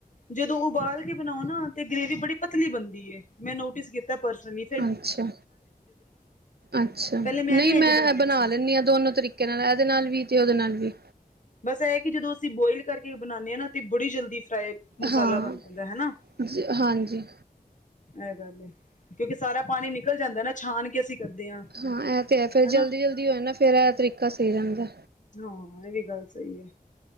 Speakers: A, on the left; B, on the right.
A: ਜਦੋਂ ਉਬਾਲ ਕੇ ਬਣਾਓ ਨਾ, ਤੇ ਗ੍ਰੇਵੀ ਬੜੀ ਪਤਲੀ ਬਣਦੀ ਮੈਂ ਨੋਟਿਸ ਕੀਤਾ ਪਰਸਲੀ
B: ਅੱਛਾ ਅੱਛਾ,
A: ਪਹਿਲੇ
B: ਨਹੀਂ
A: ਵੀ ਇੰਝ
B: ਮੈਂ
A: ਬਣਾਉਂਦੀ
B: ਬਣਾ
A: ਸੀ
B: ਲੈਂਦੀ ਹਾਂ ਦੋਨੋ ਤਰੀਕੇ ਨਾਲ, ਇਹਦੇ ਨਾਲ ਵੀ, ਤੇ ਉਹਦੇ ਨਾਲ ਵੀ
A: ਬਸ ਇਹ ਕਿ ਜਦੋਂ ਅਸੀਂ ਬੋਇਲ ਕਰਕੇ ਬਣਾਉਂਦੇ ਹਾਂ ਨਾ, ਤੇ ਬੜੀ ਜਲਦੀ ਫਰਾਈ ਮਸਾਲਾ
B: ਹਾਂ
A: ਬਣ ਜਾਂਦਾ ਹੈਨਾ
B: ਜ ਹਾਂਜੀ
A: ਇਹ ਗੱਲ ਹੈ, ਕਿਉਂਕਿ ਸਾਰਾ ਪਾਣੀ ਨਿਕਲ ਜਾਂਦਾ ਨਾ, ਛਾਨ ਕੇ ਅਸੀਂ ਕਰਦੇ ਹਾਂ।
B: ਹਾਂ ਇਹ ਤੇ ਹੈ, ਫੇਰ
A: ਹਨਾ
B: ਜਲਦੀ ਜਲਦੀ ਹੋਏ ਨਾ, ਫੇਰ ਇਹ ਤਰੀਕਾ ਸਹੀ ਰਹਿੰਦਾ
A: ਹਾਂ, ਇਹ ਵੀ ਗੱਲ ਸਹੀ ਹੈ।